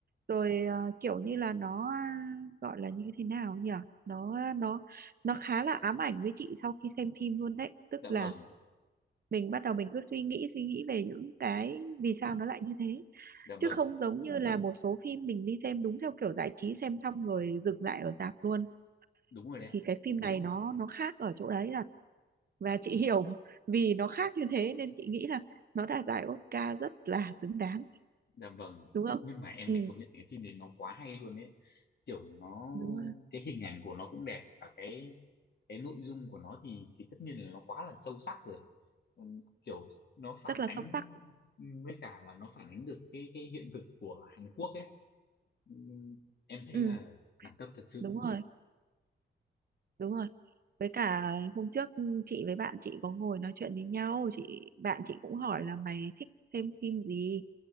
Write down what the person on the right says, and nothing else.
rồi ờ, kiểu như là nó à, gọi là như thế nào nhỉ nó ờ, nó nó khá là ám ảnh với chị sau khi xem phim luôn đấy tức
là
mình bắt đầu mình cứ suy nghĩ suy nghĩ về những cái vì sao nó lại như thế
chứ
không giống như là một số phim mình đi xem đúng theo kiểu giải trí xem xong rồi dừng lại ở rạp luôn
thì cái phim này nó nó khác ở chỗ đấy là và chị hiểu <laughs> vì nó khác như thế nên chị nghĩ là nó đạt giải Oscar rất là xứng đáng
đúng không
ừ
đúng rồi.
rất là
sâu sắc
ừ
đúng rồi đúng rồi với cả hôm trước chị với bạn chị có ngồi nói chuyện với nhau chị bạn chị cũng hỏi là mày thích xem phim gì